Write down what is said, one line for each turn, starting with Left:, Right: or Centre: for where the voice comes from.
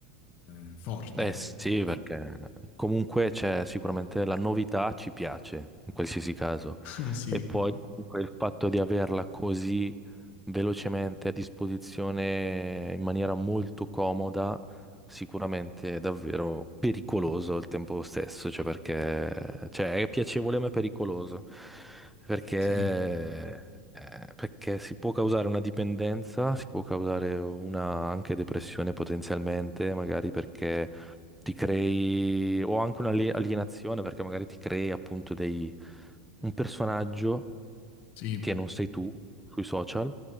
Left: Eh, forte.
Centre: Eh sì, perché comunque c'è sicuramente la novità ci piace in qualsiasi caso.
Left: <laughs> Sì,
Centre: E poi comunque il fatto di averla così velocemente a disposizione in maniera molto comoda, sicuramente è davvero pericoloso al tempo stesso, cioè perché cioè è piacevole ma è pericoloso, perché,
Left: sì,
Centre: eh, perché si può causare una dipendenza, si può causare una anche depressione potenzialmente, magari perché ti crei, o anche un'alienazione, perché magari ti crei appunto dei, un personaggio
Left: sì,
Centre: che non sei tu sui social